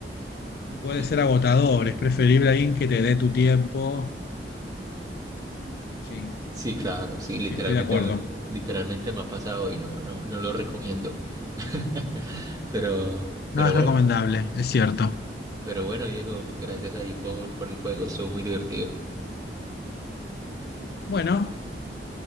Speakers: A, on the left; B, on the right.
A: puede
B: y-
A: ser agotador, es preferible alguien que te dé tu tiempo. Sí,
B: sí, claro, sí, literalmente,
A: sí, estoy de acuerdo.
B: me- literalmente me ha pasado y no, no, no lo recomiendo. <laughs> Pero,
A: No
B: pero
A: es
B: bueno,
A: recomendable, es cierto.
B: pero bueno, Diego, gracias ahí por, por el juego, estuvo muy divertido.
A: Bueno,